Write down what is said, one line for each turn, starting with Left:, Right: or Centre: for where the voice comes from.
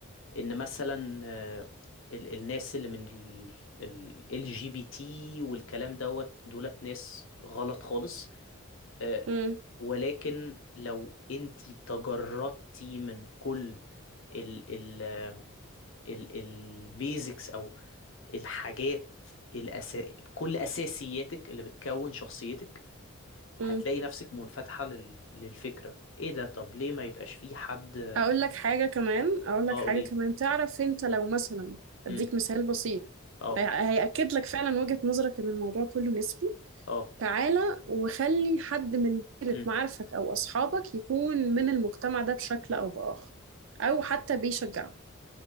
Left: ان مثلا آه، ال- الناس اللي من ال جي بي تي والكلام دوت دولت ناس غلط خالص آه،
Right: مم.
Left: ولكن لو انتي تجردتي من كل ال ال ال البيزكس او الحاجات الأس... كل أساسياتك اللي بتكون شخصيتك
Right: مم.
Left: هتلاقي نفسك منفتحة لل... للفكرة ايه ده طب ليه ما يبقاش في حد
Right: اقول لك حاجة كمان اقول لك
Left: اه
Right: حاجة
Left: قوليلي
Right: كمان تعرف انت لو مثلا
Left: امم
Right: اديك مثال بسيط
Left: اه
Right: هي- هيأكد لك فعلا وجهة نظرك ان الموضوع كله نسبي
Left: اه
Right: تعالى وخلي حد من دايرة
Left: امم
Right: معارفك أو أصحابك يكون من المجتمع ده بشكل أو بآخر أو حتى بيشجعه